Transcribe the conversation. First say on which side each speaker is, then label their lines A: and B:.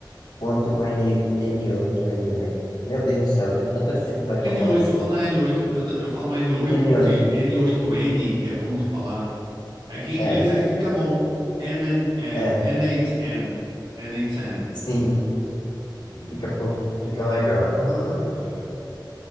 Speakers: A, on the left (about 80°); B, on the right (about 85°).
A: quanto o N, N8, N8, meu Deus do céu, eu tenho tanta dificuldade
B: n
A: para falar
B: oito,
A: esse
B: fala
A: nome.
B: n oito, porque eu, ta- eu falo n oito
A: N8,
B: porque n oito n é ruim de falar. É que em inglês
A: é,
B: é que fica bom. N é,
A: é,
B: N8N. N8N.
A: sim,
B: Entendeu?
A: fica, fo- fica legal. <laughs>
B: É.